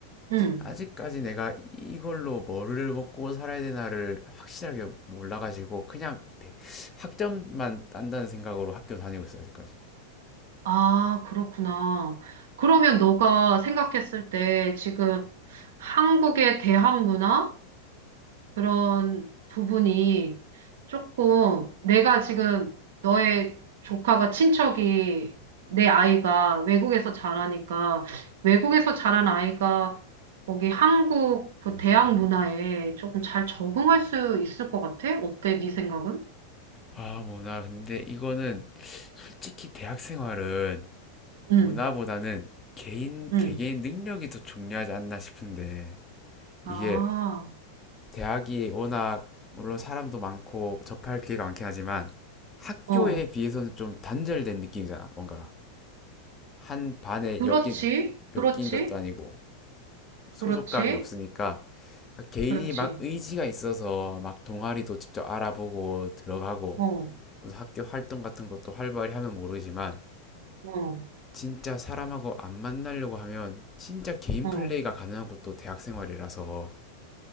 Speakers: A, on the right (about 55°); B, on the left (about 20°).
A: 응.
B: 아직까지 내가 이걸로 뭐를 먹고 살아야 되나를 확실하게 몰라가지고 그냥 백- 학점만 딴다는 생각으로 학교 다니고 있어 아직까지.
A: 아, 그렇구나. 그러면 너가 생각했을 때 지금 한국의 대학 문화? 그런 부분이 조금 내가 지금 너의 조카가 친척이 내 아이가 외국에서 자라니까 외국에서 자란 아이가 거기 한국 그 대학 문화에 조금 잘 적응할 수 있을 것 같아? 어때? 네 생각은?
B: 아, 뭐, 나 근데 이거는 솔직히 대학 생활은
A: 응,
B: 문화보다는 개인,
A: 응.
B: 개개인 능력이 더 중요하지 않나 싶은데,
A: 아,
B: 이게 대학이 워낙, 물론 사람도 많고 접할 기회가 많긴 하지만, 학교에
A: 어.
B: 비해서는 좀 단절된 느낌이잖아, 뭔가 한 반에
A: 그렇지,
B: 엮인,
A: 그렇지,
B: 엮인 것도 아니고, 소속감이
A: 그렇지,
B: 없으니까, 그러니까 개인이
A: 그렇지.
B: 막 의지가 있어서 막 동아리도 직접 알아보고 들어가고,
A: 어,
B: 무슨 학교 활동 같은 것도 활발히 하면 모르지만,
A: 어,
B: 진짜 사람하고 안 만나려고 하면 진짜 개인
A: 어.
B: 플레이가 가능한 것도 대학 생활이라서